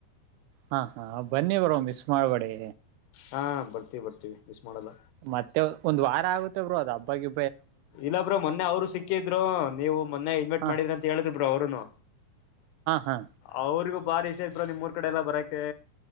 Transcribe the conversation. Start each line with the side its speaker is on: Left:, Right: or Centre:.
Right: ಹಾ ಹಾ ಬನ್ನಿ ಬರೋ ಮಿಸ್ ಮಾಡ್ಬೇಡಿ
Left: ಹಾ ಬರ್ತೀವಿ ಬರ್ತೀವಿ ಮಿಸ್ ಮಾಡಲ್ಲ
Right: ಮತ್ತೆ ಒಂದ್ ವಾರ ಆಗುತ್ತೆ ಬರು ಅದು ಹಬ್ಬಗೆ
Left: ಇಲ್ಲ ಬ್ರೋ ಮೊನ್ನೆ ಅವರು ಸಿಕ್ಕಿದ್ರು ನೀವು ಮೊನ್ನೆ ಇಡ್ಮೆಟ್
Right: ಹಾ
Left: ಮಾಡಿದ್ರಿ ಅಂತ ಹೇಳಿದ್ರಿ ಬ್ರೋ ಅವರುನು
Right: ಹಾ
Left: ಅವ್ರರಿಿಗೂ ಬಾರಿ ಇಷ್ಟ ಇದ್ರ ನಿಮ್ ಮೂರ್ ಕಡೆ ಎಲ್ಲ ಬರತೆ